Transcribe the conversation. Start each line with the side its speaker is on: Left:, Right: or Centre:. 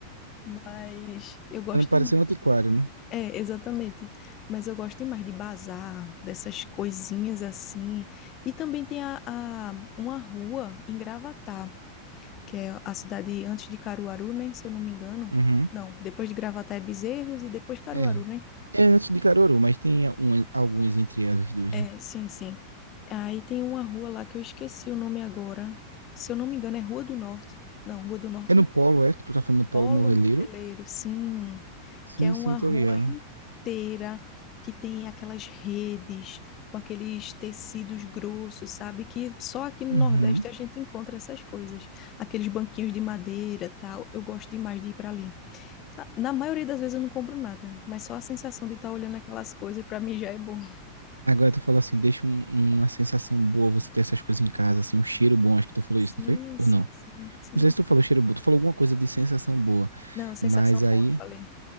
Left: Mas eu gosto
Right: Pra não parecer
Left: demais.
Right: um antiquário, né?
Left: É, exatamente. Mas eu gosto demais de bazar, dessas coisinhas assim. E também tem a, a- uma rua em Gravatá que é a cidade antes de Caruaru, né? Se eu não me engano.
Right: Uhum.
Left: Não, depois de Gravatá é Bezerros e depois Caruaru,
Right: É.
Left: né?
Right: É antes de Caruaru, mas tem algumas algumas entre elas duas,
Left: É,
Right: né?
Left: sim, sim. Aí tem uma rua lá que eu esqueci o nome agora. Se eu não me engano, é Rua do Norte. Não, Rua do Norte
Right: É no
Left: não.
Right: Polo, é? Que tu tá falando do
Left: Polo
Right: Polo Morreleiro?
Left: Moveleiro, sim.
Right: Sim,
Left: Que é uma
Right: sim, tô
Left: rua
Right: ligado.
Left: inteira que tem aquelas redes com aqueles tecidos grossos, sabe? Que só aqui no
Right: Uhum.
Left: Nordeste a gente encontra essas coisas. Aqueles banquinhos de madeira, tal. Eu gosto demais de ir para ali. Sa- Na maioria das vezes eu não compro nada, mas só a sensação de estar olhando aquelas coisas pra mim já é boa.
Right: Agora tu falou assim, deixa um- uma sensação boa você ter essas coisas em casa, assim, um cheiro bom, acho que tu falou
Left: Sim,
Right: isso, não foi? Ou
Left: sim,
Right: não?
Left: sim, sim.
Right: Não sei se tu falou cheiro bom, tu falou alguma coisa de sensação boa,
Left: Não, sensação
Right: mas aí...
Left: boa, eu falei.